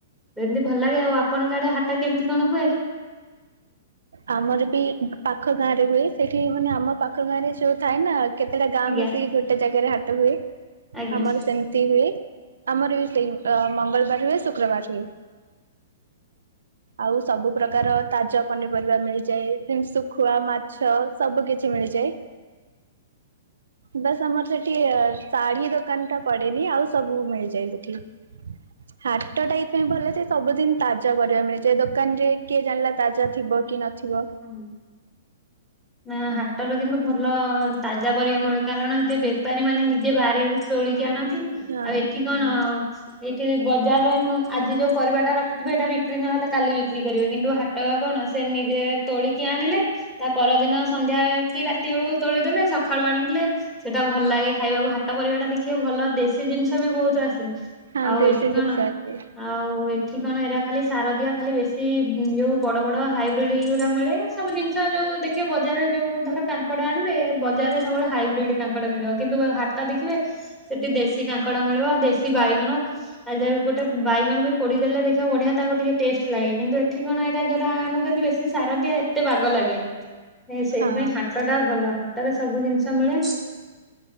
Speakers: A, in the centre; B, on the right.
A: ଏମିତି ଭଲ ଲାଗେ ଆଉ ଆପଙ୍କ ଆଡ଼େ ହାଟ କେମିତି କଣ ହୁଏ?
B: ଆମରବି ପାଖ ଗାଁରେ ହୁଏ ସେଠି ମାନେ ଆମ ପାଖ ଗାଁରେ ଯୋଉ ଥାଏନା କେତେଟା ଗାଁ
A: ଆଜ୍ଞା
B: ମିଶିକି ଗୋଟେ ଜାଗାରେ ହାଟ ହୁଏ
A: ଆଜ୍ଞା।
B: ଆମର ସେ ହୁଏ ଆମରବି ସେଇ ମଙ୍ଗଳବାର ହୁଏ ଶୁକ୍ରବାର ହୁଏ। ଆଉ ସବୁ ପ୍ରକାର ତାଜ ପନି ପରିବା ମିଳିଯାଏ ଦେନ ଶୁଖୁଆ ମାଛ ସବୁ କିଛି ମିଳିଯାଏ। ବାସ୍ ଆମର ସେଠି ଶାଢୀ ଦୋକାନ ଟା ପଡେନି ଆଉ ସବୁ ମିଳିଯାଏ ସେଠି। ହାଟ ଟା ଏଇଥି ପାଇଁ ଭଲ ଯେ ସବୁଦିନ ତାଜା ପରିବା ମିଳିଯାଏ ଦୋକାନ ରେ କିଏ ଜାଣିଲା ତାଜା ଥିବ। କି ନଥିବ।
A: ଉଁ। ନା ହାଟର କିନ୍ତୁ ଭଲ ତାଜା ପରିବା ମିଳେ କାରଣ ସେଠି ବେପାରୀ ମାନେ ନିଜେ ବାରିରୁ ତୋଳିକି ଆଣନ୍ତି। ଆଉ
B: ହଁ
A: ଏଠି କଣ। ଏଠି ବି ବଜାର ରେ ମୁ ଆଜି ଯୋଉ ପରିବାଟା ରଖିଥିବେ ଏଇଟା ବିକ୍ରି ନହେଲେ କାଲି ବିକ୍ରି କରିବେ କିନ୍ତୁ ହା ହାଟ ଆଉ କଣ ସେ ନିଜେ। ତୋଳିକି ଆଣିଲେ ତା ପରଦିନ ସନ୍ଧ୍ୟା କି ରାତି ବେଳକୁ ତୋଳିଦଲେ ସକାଳୁ ଆଣିଲେ। ସେଟା ଭଲ ଲାଗେ ଖାଇବାକୁ ହାଟ ପରିବା ଟା ଦେଖିବେ ଭଲ ଦେଶୀ ଜିନିଷ ବି ବହୁତ ଆସେ।
B: ହଁ
A: ଆଉ
B: ଦେଶୀ
A: ଏଠି କଣ।
B: ଜିନିଷ ଆସେ
A: ଆଉ ଏଠି କଣ ଏରା ଖାଲି ସାର ଦିଆ ଖାଲି ବେଶୀ ଯୋଉ ବଡ ବଡ ହାଇବ୍ରିଡ। ଜିନିଷ ମିଳେ ସବୁ ଜିନିଷ ଯୋଉ ଦେଖିବେ ବଜାରରେ ଯୋଉ ଧର କାଙ୍କଡ ଆଣିବେ ବଜାରରେ ସବୁବେଳେ ହାଇବ୍ରିଡ। କାଙ୍କଡ ମିଳିବ କିନ୍ତୁ ହାଟ ଦେଖିବେ ସେଠି ଦେଶୀ କାଙ୍କଡ ମିଳିବ ଦେଶୀ ବାଇଗଣ। ଆ ଯୋଉ ଗୋଟେ ବାଇଗଣ ବି ପୋଡି ଦେଲେ ଦେଖିବ ବଢିଆ ତାକୁ ଟିକେ ଟେଷ୍ଟ ଲାଗେ କିନ୍ତୁ ଏଠି କଣ ଏଇାରା ଯୋଉରା ଆଣୁଛନ୍ତି ବେଶୀ। ସେ ସାର ଦିଆ ଏତେ ବାଗ ଲାଗେନି ସେଇଥିପାଇଁ
B: ହଁ
A: ହାଟ। ହାଟ ଟା ଭଲ ହାଟରେ ସବୁ ଜିନିଷ ମିଳେ